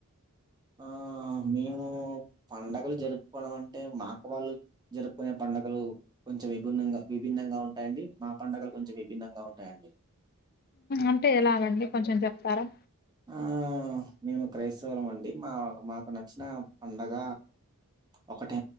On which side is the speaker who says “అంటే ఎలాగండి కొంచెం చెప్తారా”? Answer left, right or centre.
Left